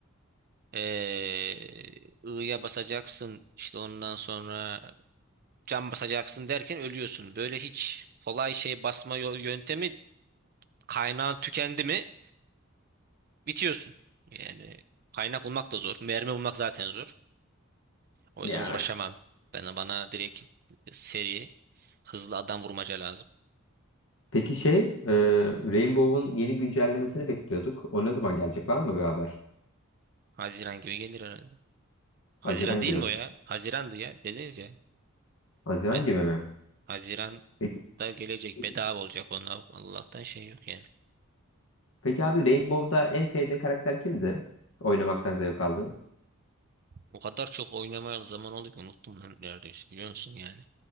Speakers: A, on the right; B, on the left.
A: Ee, I'ya basacaksın. işte ondan sonra can basacaksın derken ölüyorsun. Böyle hiç kolay şey basma yo- yöntemi kaynağın tükendi mi bitiyorsun. Yani kaynak bulmak da zor. Mermi bulmak zaten zor. O yüzden
B: Ya
A: uğraşamam.
B: işte.
A: Bana, bana direkt seri, hızlı adam vurmaca lazım.
B: Peki şey, e, Rainbow'un yeni güncellemesini bekliyorduk. O ne zaman gelecek? Var mı bir haber?
A: Haziran gibi gelir herhalde. Haziran
B: Haziran
A: değil
B: gibi
A: mi
B: mi?
A: o ya? Hazirandı ya. Dediniz ya.
B: Haziran
A: Haz
B: gibi mi?
A: Haziran'da
B: Peki,
A: gelecek.
B: peki,
A: Bedava olacak onlar. Allah'tan şey yok yani.
B: peki abi Rainbow'da en sevdiğin karakter kimdi? Oynamaktan zevk aldın.
A: O kadar çok oynamaya zaman oldu ki unuttum lan neredeyse biliyor musun yani.